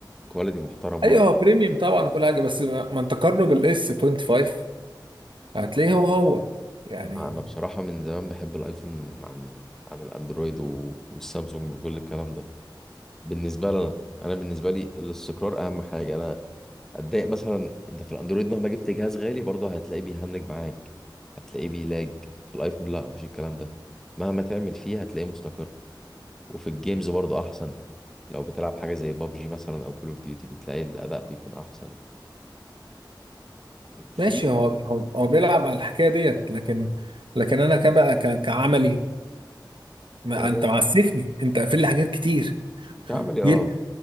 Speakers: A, in the centre; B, on the right.
A: كواليتي محترم برضه
B: ايوه هو بريميوم طبعا كل حاجه بس ما ما انت قارنه بالاس 25 هتلاقيه هو هو يعني
A: انا أنا بصراحة من زمان بحب الايفون عن عن الاندرويد و- والسامسونج وكل الكلام ده بالنسبة لنا انا بالنسبة لي الاستقرار اهم حاجة انا اتضايق مثلا انت في الاندرويد مهما جبت جهاز غالي برضه هتلاقيه بيهنج معاك هتلاقيه بيلاج في الايفون لا مفيش الكلام ده مهما تعمل فيه هتلاقيه مستقر وفي الجيمز برضه احسن لو بتلعب حاجه زي بابجي مثلا او كول اوف ديوتي بتلاقي الاداء بيكون احسن في
B: ماشي هو هو, هو بيلعب على الحكايه ديت لكن لكن انا كبقى ك- كعملي ما
A: آه،
B: انت معسفني انت قافل لي حاجات كتير
A: كعملي اه
B: جدا